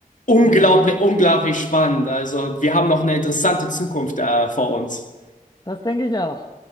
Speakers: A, on the left; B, on the left.
A: Unglaublich,
B: Hm,
A: unglaublich spannend. Also, wir haben noch eine interessante Zukunft da vor uns.
B: das denke ich auch.